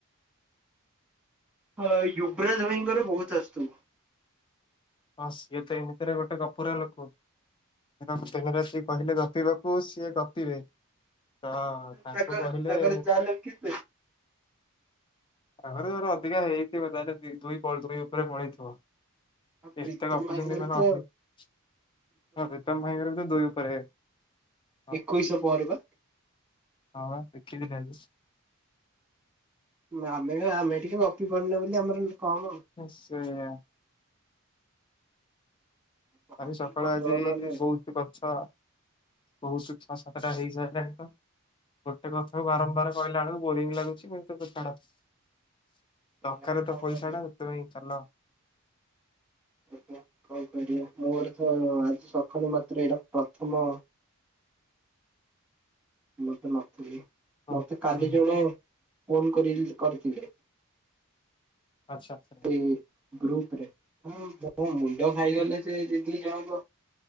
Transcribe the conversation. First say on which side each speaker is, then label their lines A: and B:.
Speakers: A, in the centre; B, on the left (about 20°).
A: ହଁ ୟୁବରାଜ ଭାଈଙ୍କର ବହୁତ ଆସୁଥୁବ।
B: ହଁ ସିଏ ତ ଏମିତିରେ ଗୋଟେ ଗପୁରା ଲୋକ <unintelligible> କହିଲେ ଗପିବାକୁ ସିଏ ଗପିବେ ତ ତାଙ୍କୁ
A: ତାଙ୍କର
B: କହିଲେ।
A: ତାଙ୍କର ଯାହାହେଲେ ବି କେତେ?
B: ଆଉ ତାଙ୍କର ଘର ଅଧିକା ହେଇଥିବ ତାହେଲେ <unintelligible> ଉପରେ ମରେଇଥିବ।
A: ଆଉ
B: ଏତେ
A: ପ୍ରୀତମ
B: ଗପୁଛନ୍ତି
A: ଭାଇଙ୍କର
B: <unintelligible>
A: ତ
B: ହଁ ପ୍ରୀତମ ଭାଇଙ୍କର ବି ତ ଦୁଇ ଉପରେ। ହଁ
A: ଏକୋଇଶ ପରେ ପା।
B: ହଁ ଦେଖିନି ତାହେଲେ।
A: ଆମେ ଆମେ ଟିକେ ଗପି ପାରିଲେନି ଆମର କମ।
B: ହୁ ସେୟା।
A: ଗପିକି
B: ଆମେ ସକାଳୁ
A: କରିଦବା
B: ଆଜି
A: ନହେଲେ।
B: ବହୁତ କରିଚ ବହୁତ ଛଅ ସାତଟା ହେଇସାରିଲଣି ତ। ଗୋଟେ କଥାକୁ ବାରମ୍ବାର କହିଲା ବେଳକୁ ବୋରିଙ୍ଗ ଲାଗୁଛି କିନ୍ତୁ ତୁ ଛାଡ। ଦରକାର
A: ସେଇଆ କଣ
B: ତ ପଇସା
A: କରିବା
B: ଟା ସେଥିପାଇଁ ଚାଲ।
A: ଆଜ୍ଞା କଣ କରିବା ମୋର ତ ଆଜି ସକାଳୁ ମାତ୍ର ଏଇଟା ପ୍ରଥମ। ମୁଁ ତ ନଥିଲି
B: ହଁ
A: ମତେ କାଲି
B: ହଁ
A: ଜଣେ। ଫୋନ କରି କରିଥିଲେ
B: ଆଚ୍ଛା ଆଚ୍ଛା
A: ଉ। ଗ୍ରୁପ ରେ ହଁ ମୋ ମୁଣ୍ଡ ଖାଇଗଲେ ସେ ଦିଦି ଜଣଙ୍କ